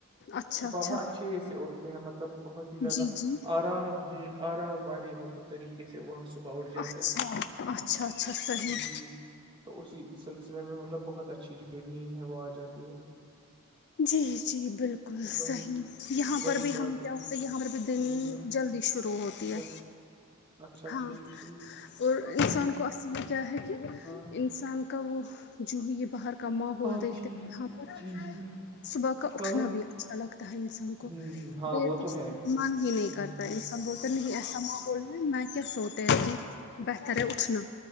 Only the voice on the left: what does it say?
اچھا
اچھا
جی جی
اچھا
اچھا اچھا صحیح
جی جی بالکل
صحیح یہاں
پر بھی
ہم
کیا ہوتے یہاں پر بھی دن
جلدی شروع ہوتی
ہے
ہاں
اور انسان
کو اصل میں کیا ہے کہ
انسان کا وہ جو ہے یہ باہر کا ماحول
دیکھتے
وہاں پر
صبح کا اٹھنا
بھی اچھا لگتا ہے انسان کو
دیر
تک
من ہی نہیں
کرتا انسان بولتا نہیں ایسا بول رہ ہے میں کیا سوتے ہے بہتر ہے اٹھنا